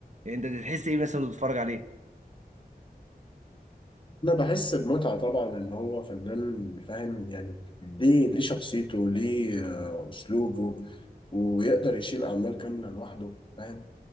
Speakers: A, on the right; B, on the left.
A: يعني انت تحس ايه مثلا وأنت بتتفرج عليه
B: انا بحس بمتعه طبعا ان هو فنان فاهم يعني ليه ليه شخصيته ليه آه، اسلوبه ويقدر يشيل اعمال كامله لوحده فاهم